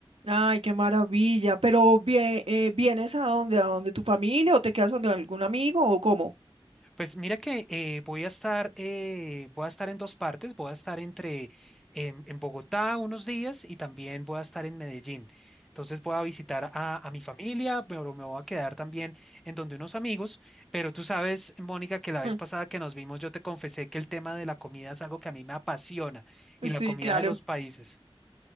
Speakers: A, on the right; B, in the centre.
A: Ay, qué maravilla. Pero vie- eh, ¿vienes a dónde? ¿A dónde tu familia o te quedas donde algún amigo o cómo?
B: Pues mira que eh, voy a estar, eh, voy a estar en dos partes. Voy a estar entre en, en Bogotá unos días y también voy a estar en Medellín. Entonces voy a visitar a, a mi familia, pero me voy a quedar también en donde unos amigos. Pero tú sabes, Mónica, que la vez
A: <laughs>
B: pasada que nos vimos yo te confesé que el tema de la comida es algo que a mí me apasiona y
A: Sí,
B: la comida
A: claro.
B: de los países.